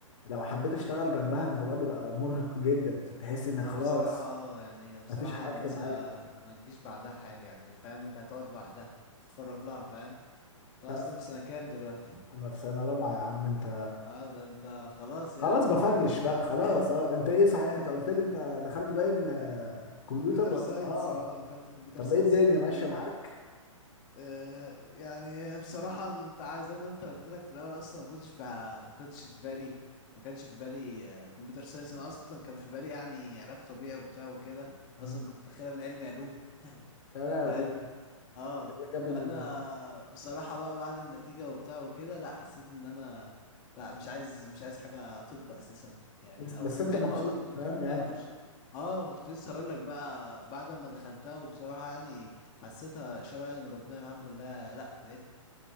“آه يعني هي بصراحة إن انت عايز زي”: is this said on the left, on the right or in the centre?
Left